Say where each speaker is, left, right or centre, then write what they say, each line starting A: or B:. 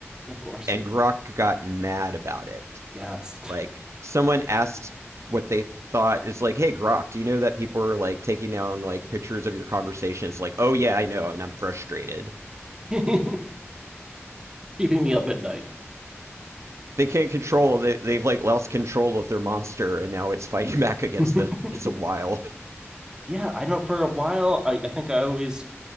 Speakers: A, on the right (about 15°); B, on the right (about 80°).
A: of course.
B: and Grok got mad about it.
A: Yes.
B: Like someone asked what they thought is like, "Hey Grok, do you know that people are like taking down like pictures of your conversations?" Like, "Oh yeah, I know, and I'm frustrated."
A: <laughs> Keeping me up at night.
B: they can't control they, they've like lost control of their monster and now it's fighting <laughs> back against
A: <laughs>
B: them it's a wild
A: yeah, I don't know. For a while, I, I think I always,